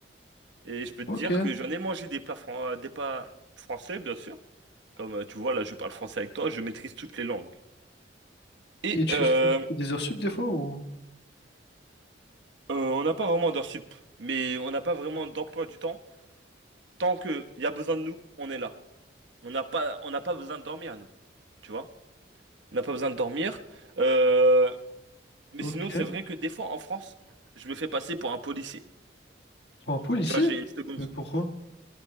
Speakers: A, on the right; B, on the left.
A: Et je peux te
B: ok.
A: dire que j'en ai mangé des plats, fran- euh, des plats français, bien sûr. Comme euh, tu vois, là, je parle français avec toi, je maîtrise toutes les langues. Et
B: Et tu,
A: euh,
B: tu fais des heures sup des fois ou...
A: Euh, on n'a pas vraiment d'heures sup, mais on n'a pas vraiment d'emploi du temps. Tant qu'il y a besoin de nous, on est là. On n'a pas, on n'a pas besoin de dormir à nous, tu vois? On n'a pas besoin de dormir. Euh, mais
B: Ok.
A: sinon, c'est vrai que des fois en France, je me fais passer pour un policier.
B: Pour un policier?
A: Tu vois, j'ai une seconde
B: Mais
A: vie.
B: pourquoi?